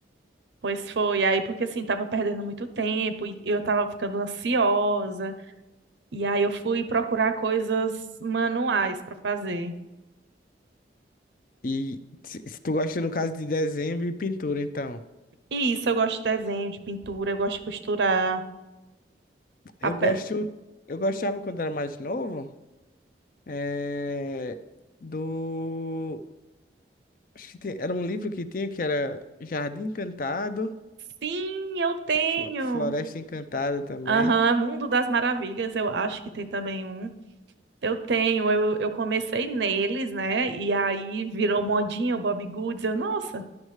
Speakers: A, on the right (about 70°); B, on the left (about 45°).
A: Pois foi, aí porque assim, tava perdendo muito tempo e eu tava ficando ansiosa, e aí eu fui procurar coisas manuais para fazer.
B: E se, se tu gosta no caso de desenho e pintura, então.
A: E isso, eu gosto de desenho, de pintura, eu gosto de costurar.
B: Eu
A: A
B: gosto.
A: pe-
B: Eu gostava quando era mais novo. É, do. Acho que tem- era um livro que tinha que era Jardim Encantado,
A: Sim, eu tenho!
B: Flo- Floresta Encantada também.
A: Aham, Mundo das Maravilhas, eu acho que tem também um. Eu tenho, eu, eu comecei neles, né? E aí virou modinha o Bob Goods, eu, nossa,